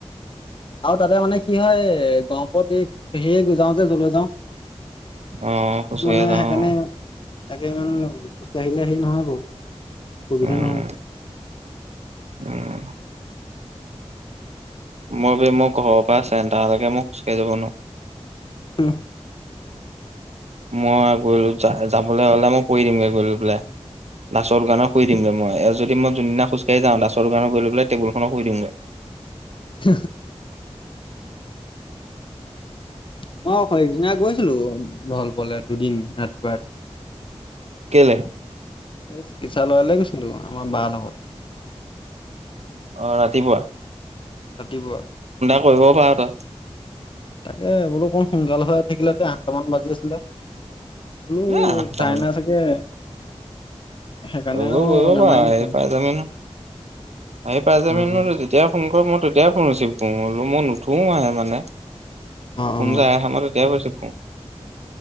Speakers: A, on the left; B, on the right.
A: আৰু তাতে মানে কি হয় এই, গহপুৰত এই <unintelligible> যাওঁ যে যলৈ যাওঁ। তো
B: অ খোজকাঢ়ি
A: মানে
B: যাওঁ
A: সেইকাৰণে তাকে ইমান গুচি আহিলে হেৰি নহয় বাৰু। সুবিধান
B: উম
A: নহ
B: উম মই বি মোৰ ঘৰৰ পৰা আছে তালৈকে মোক খোজকাঢ়ি যাব নোৱাৰো।
A: উম
B: মই গলো যাবলৈ হলে মই কৰি দিমগে গৈ পেললে দাছৰ দোকানত ৰ শুই দিমগৈ মই আৰু যদি মই যোনদিনা খোজকাঢ়ি যা ডাছৰ গান গ টেবুলখন শুই দিমগৈ।
A: <inaudible> মই সদিনা গৈছিলো নল পলে দুদিন ৰাতিপুৱা ৰাতিপুৱা
B: কেলে
A: এই চিকিৎসালয়লৈ গৈছিলো আমাৰ বাৰ লগত
B: অ ৰাতিপুৱা।
A: ৰাতিপুবা
B: কৰিবঢ পাৰ ত
A: তাকে বোলো অকণ সোনকাল হৈ থাকিলে যে আঠটা মান বাজি আছিলে। বলো
B: এ আঠটা
A: চাইনা চাগে সেইকাৰণে
B: গ
A: আৰু
B: বাবা
A: নামাৰিলো ফোন।
B: এই ফাইদা মেনো আহি পাই য
A: অ',
B: ম তেতিয়া পুনৰ কৰ ম তেতিয় ফোন ৰিচিভ কৰোলো মই নুঠোও আহে মানে
A: অ',
B: ফোন
A: অ',
B: যোয় আহ মাৰ তেতিয়া ৰিচিভ কৰো